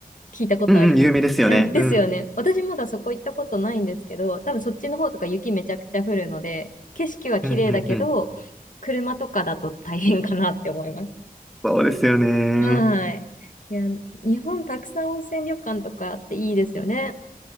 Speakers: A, on the left; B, in the centre.
A: 聞いたことあります。
B: うんうん、有名ですよね。
A: うんですよね。
B: うん。
A: 私まだそこ行ったことないんですけど、多分そっちの方とか雪めちゃくちゃ降るので、景色は綺麗だけど、
B: うんうんうん。
A: 車とかだと大変かなって思います。
B: そうですよね。
A: はい。いや、日本たくさん温泉旅館とかあっていいですよね。